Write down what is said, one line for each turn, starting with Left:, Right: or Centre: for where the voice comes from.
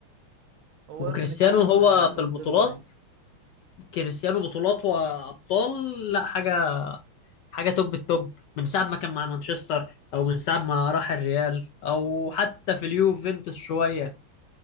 Right: هو
Left: وكريستيانو
Right: كان اتعلم
Left: هو
Right: آه، رونالدينهو
Left: في البطولات
Right: باين
Left: كريستيانو بطولات وابطال لا حاجة حاجه توب التوب من ساعه ما كان مع مانشستر او من ساعه ما راح الريال او حتى في اليوفنتوس شويه